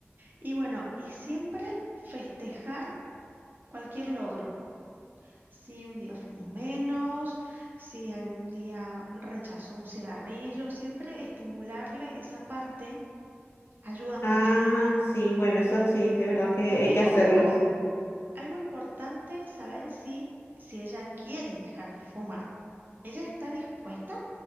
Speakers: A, on the right (about 45°); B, on the left (about 65°).
A: Y bueno, y siempre festejar cualquier logro. Si un día fumo menos, si algún día rechazo un cigarrillo, siempre estimularle esa parte ayuda mucho.
B: Ah, sí, bueno, eso sí, de verdad que
A: También
B: hay que hacerlo,
A: es algo,
B: sí.
A: algo importante saber si, si ella quiere dejar de fumar. ¿Ella está dispuesta